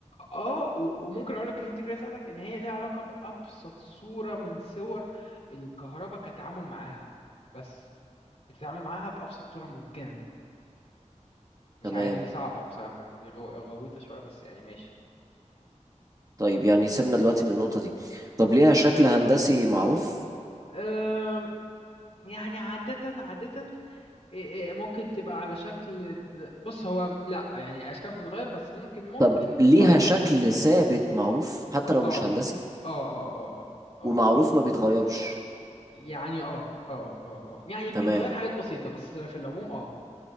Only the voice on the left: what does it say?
اه و- وممكن اقول لك هنت كده يساعدك ان هي ليها علاقة بأبسط صورة من صور الكهرباء كتعامل معاها بس بتتعامل معاها بأبسط صورة ممكنة مش
عارف دي صعبة بصراحة بس دي غو... غويطة شوية بس يعني ماشي
أم... يعني عادة عادة إيه- إيه، ممكن تبقى على شكل د- بص هو لا يعني اشكال بتتغير بس ممكن ممكن
اه
اه
اه اه اه اه
يعني اه اه اه اه يعني بيتغير
حاجات بسيطة بس في العموم اه